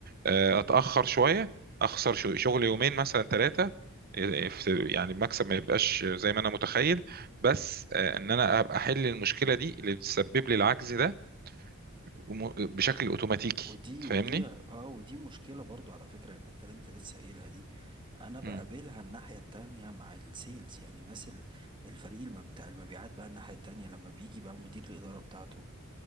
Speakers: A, on the right (about 45°); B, on the right (about 25°).
A: آه، اتاخر شويه اخسر شو- شغل يومين مثلا ثلاثه يعني المكسب ما يبقاش زي ما انا متخيل بس آه، ان انا ابقى احل المشكله دي اللي بتسبب لي العجز ده وم- بشكل اوتوماتيكي
B: ودي
A: تفهمني
B: ودي اه ودي مشكلة برضو على فكرة الحتة اللي انت لسه قايلها دي انا بقابلها
A: امم
B: الناحية التانية مع السيلز يعني الناس ال- الفريق المبتاع المبيعات بقى الناحية التانية لما بيجي بقى مدير الإدارة بتاعته